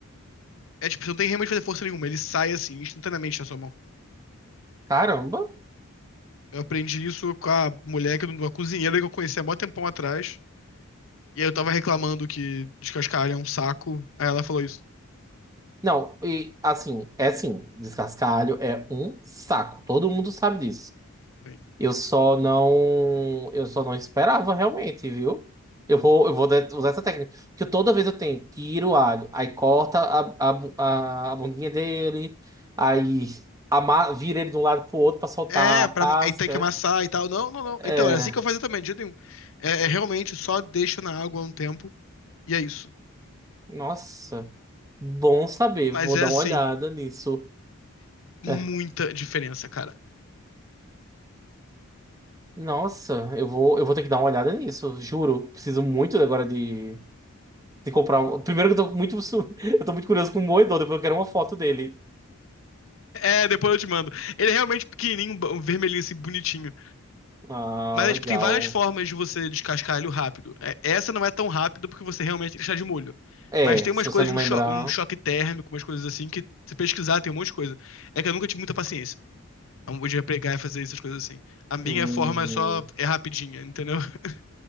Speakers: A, on the left (about 60°); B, on the right (about 15°).
A: É tipo, você não tem realmente que fazer força nenhuma, ele sai assim, instantaneamente na sua mão.
B: Caramba.
A: Eu aprendi isso com a mulher, que, uma cozinheira que eu conheci há mó tempão atrás. E aí eu tava reclamando que descascar alho é um saco. Aí ela falou isso.
B: Não, e assim, é assim, descascalho é um saco. Todo mundo sabe disso.
A: Sim.
B: Eu só não, eu só não esperava realmente, viu? Eu vou, eu vou de- usar essa técnica. Porque toda vez eu tenho, tiro o alho, aí corta a, a, bu- a, a bundinha dele, aí ama, vira ele de um lado pro outro pra soltar
A: É,
B: a
A: pra,
B: casca.
A: aí tem que amassar e tal. Não, não, não.
B: É,
A: Então, era assim que eu fazia também, de jeito nenhum. É, é realmente só deixa na água um tempo e é isso.
B: nossa. Bom saber,
A: Mas
B: vou
A: é
B: dar
A: assim,
B: uma olhada nisso.
A: muita
B: É.
A: diferença, cara.
B: Nossa, eu vou, eu vou ter que dar uma olhada nisso, juro. Preciso muito agora de, de comprar. um- Primeiro que eu tô muito, su- <laughs> eu tô muito curioso com o moedor, depois eu quero uma foto dele.
A: É, depois eu te mando. Ele é realmente pequenininho, ba- vermelhinho assim, bonitinho.
B: Ah,
A: Mas é,
B: legal.
A: tipo, tem várias formas de você descascar ele rápido. É, essa não é tão rápida porque você realmente tem que deixar de molho.
B: É,
A: Mas tem
B: se
A: umas
B: você
A: coisas
B: não
A: de um,
B: lembrar.
A: cho- um choque térmico, umas coisas assim, que se pesquisar tem um monte de coisa. É que eu nunca tive muita paciência. Então, podia pegar e fazer essas coisas assim. A minha
B: hum.
A: forma é só, é rapidinha, entendeu? <laughs>